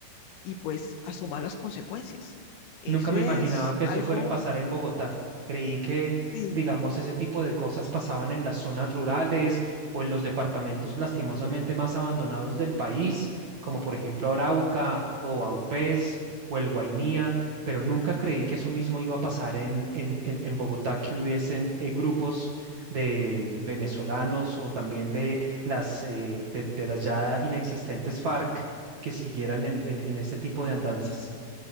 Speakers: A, on the left (about 70°); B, on the right (about 55°).
A: y pues asuma las consecuencias. Eso
B: Nunca me
A: es
B: imaginaba que eso
A: algo,
B: fuera a pasar en Bogotá. Creí que,
A: sí,
B: digamos, ese tipo de cosas pasaban en las zonas rurales o en los departamentos lastimosamente más abandonados del país, como por ejemplo Arauca o Vaupés o el Guainía, pero nunca creí que eso mismo iba a pasar en, en, en- en Bogotá, que hubiesen eh, grupos de venezolanos o también de las, eh, de, de las ya inexistentes FARC que siguieran en, en, en este tipo de andanzas.